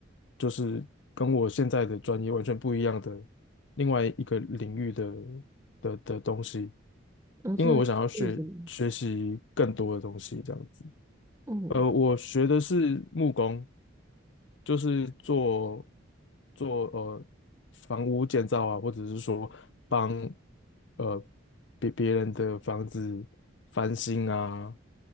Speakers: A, on the left (about 70°); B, on the right (about 15°).
A: 就是跟我现在的专业完全不一样的另外一个领域的的的东西，
B: 然后真的吗？
A: 因为我想要学学习更多的东西，
B: 念什么？
A: 这样子。
B: 哦
A: 呃，我学的是木工，就是做做呃房屋建造啊，或者是说帮呃别别人的房子翻新啊